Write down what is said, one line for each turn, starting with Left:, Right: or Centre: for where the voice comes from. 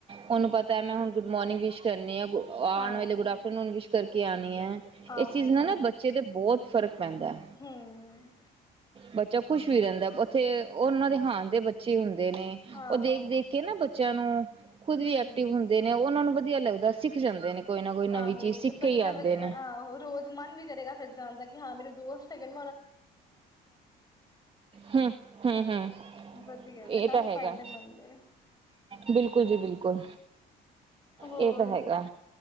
Right: ਉਹਨੂੰ ਪਤਾ ਮੈਂ ਹੁਣ ਗੁਡ ਮੋਰਨਿੰਗ ਵਿ <unintelligible> ਆਉਣ
Left: ਹਾਂ
Right: ਵਾਲੇ ਗੁੱਡ ਆਫਟਰਨੂਨ ਵਿਸ਼ ਕਰਕੇ ਆਉਣੀ ਹੈ
Left: ਆਹੋ
Right: ਇਸ ਚੀਜ਼ ਨਾ
Left: ਹਮ
Right: ਨਾ ਬੱਚੇ ਦੇ ਬਹੁਤ ਫਰਕ ਪੈਂਦਾ
Left: ਹਮ
Right: ਬੱਚਾ ਖੁਸ਼
Left: ਸਹੀ
Right: ਵੀ ਰਹਿੰਦਾ
Left: ਗੱਲ
Right: ਉੱਥੇ ਉਹ ਉਹਨਾਂ ਦੇ ਹਾਂ ਦੇ ਬੱਚੇ ਹੁੰਦੇ ਨੇ
Left: ਆਹੋ
Right: ਉਹ ਦੇਖ ਦੇਖ ਕੇ ਨਾ ਬੱਚਿਆਂ ਨੂੰ ਖੁਦ
Left: ਹੂੰ
Right: ਵੀ ਐਕਟਿਵ ਹੁੰਦੇ ਨੇ ਉਹਨਾਂ ਨੂੰ ਵਧੀਆ ਲੱਗਦਾ ਸਿੱਖ ਜਾਂਦੇ ਨੇ। ਕੋਈ ਨਾ ਕੋਈ ਨਵੀਂ
Left: ਆਹੋ
Right: ਚੀਜ਼ ਸਿੱਖ
Left: ਤੇ ਬੱਚਾ
Right: ਕੇ ਹੀ ਆਉਂਦੇ
Left: ਫਿਰ
Right: ਨੇ
Left: ਆਹੋ ਰੋਜ਼ ਮਨ ਵੀ ਕਰੇਗਾ ਫੇਰ ਜਾਣ ਦਾ ਕਿ ਹਾਂ ਮੇਰੇ <unintelligible> <unintelligible> ਕਿਜੰ
Right: ਹਮ- ਹਮ- ਹਮ
Left: ਵਧੀਆ
Right: ਇਹ
Left: ਕਾਫੀ
Right: ਤਾਂ ਹੈਗਾ।
Left: ਫਾਇਦੇਮੰਦ ਹੈ
Right: ਬਿਲਕੁਲ ਜੀ ਬਿਲਕੁਲ
Left: ਹੋਰ
Right: ਏ ਤਾ ਹੈਗਾ